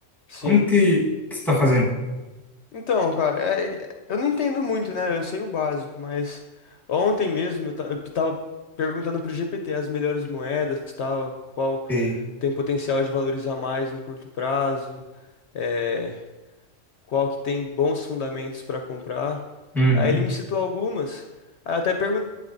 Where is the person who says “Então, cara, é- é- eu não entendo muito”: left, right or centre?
Left